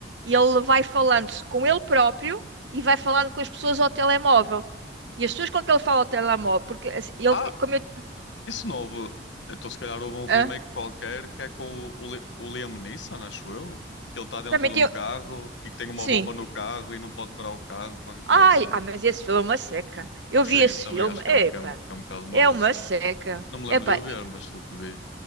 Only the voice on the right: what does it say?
ele vai falando-se com ele próprio e vai falando com as pessoas ao telemóvel. E as pessoas com que ele fala ao telemóvel, porque assim, ele,
tem- como eu,
Hã?
também
tem,
sim.
Ai,
ah, mas esse filme é uma seca. Eu
vi esse
filme,
epá,
é uma
seca.
Epá,
e-